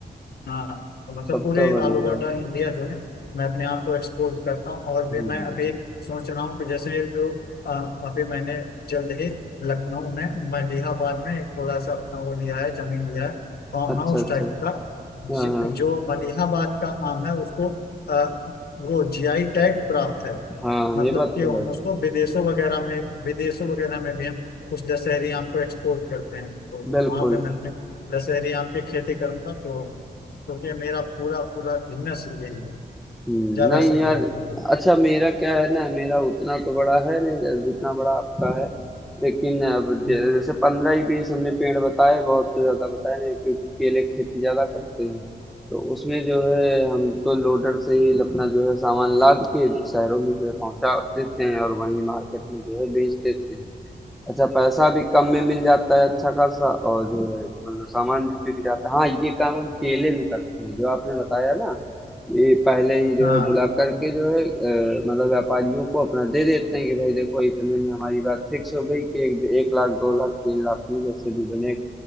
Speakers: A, on the left; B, in the centre.
A: हाँ तो मतलब
B: तब
A: पूरे
B: तो बढ़िया
A: ऑल ओवर
B: है
A: द इंडिया जो है मैं अपने आप को एक्सपोर्ट करता हूँ और भी
B: हम्म
A: मैं अभी सोच रहा हूँ कि जैसे जो अ, अभी मैंने जल्द ही लखनऊ में मलिहाबाद में एक थोड़ा सा अपना वो लिया है जमीन लिया है फार्म
B: अच्छा
A: हाउस
B: अच्छा
A: टाइप का जि-
B: हाँ हाँ
A: जो मलिहाबाद का आम है उसको अ, वो जीआई टैग प्राप्त है
B: हाँ
A: मतलब
B: ये बात
A: कि
B: तो
A: हम
B: है
A: उसको विदेशों वगैरह में विदेशों वगैरह में भी हम उस दशहरी आम को एक्सपोर्ट करते हैं तो
B: बिल्कुल
A: वहां पे मैं अपने दशहरी आम की खेती करूंगा तो क्योंकि मेरा पूरा पूरा बिजनेस ही यही है
B: हम्म,
A: ज्यादा
B: नहीं
A: सही
B: यार
A: रहेगा मेरे
B: अच्छा मेरा क्या है ना मेरा उतना तो बड़ा है नहीं जै- जितना बड़ा आपका है लेकिन अब जै-
A: लिए।
B: जैसे पंद्रह ही बीस हमने पेड़ बताए बहुत तो ज्यादा बताए नहीं क्योंकि केले की खेती ज्यादा करते हैं तो उसमें जो है हम तो लोडर से ही अपना जो है सामान लाद के शहरों में जो है पहुंचा देते हैं और वहीं मार्केट में जो है बेच देते हैं अच्छा पैसा भी कम में मिल जाता है अच्छा खासा और जो है मतलब सामान भी बिक जाता है हाँ ये काम हम केले में करते हैं जो आपने बताया ना ये पहले ही जो
A: हाँ
B: है बुला करके जो है अ, मतलब व्यापारियों को अपना दे देते हैं कि भाई देखो इतने में हमारी बात फिक्स हो गई कि एक, एक लाख दो लाख तीन लाख में जैसे भी बने